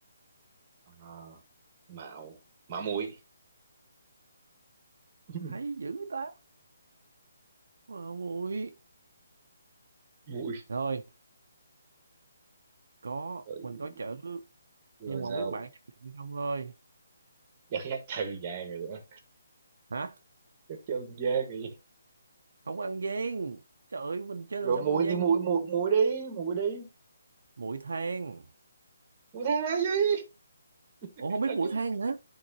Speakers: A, on the right; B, on the right.
A: Ờ, mạo, mạo muội. <laughs>
B: hay dữ ta. Mà không ui.
A: Muội.
B: Rồi, có
A: Ừ,
B: mình có chữ
A: Rồi
B: nhưng mà
A: sao?
B: không biết bạn chấp nhận hay không thôi.
A: Chắc chắc trừ vàng rồi đó.
B: Hả?
A: Chắc trừ vàng rồi.
B: Không có ăn gian. Trời ơi, mình chơi
A: Rồi
B: làm sao
A: muội
B: mà ăn gian?
A: đi muội muội muội đi, muội đi.
B: Muội than.
A: Muội thế nói gì? <laughs>
B: Ủa không biết muội than hả?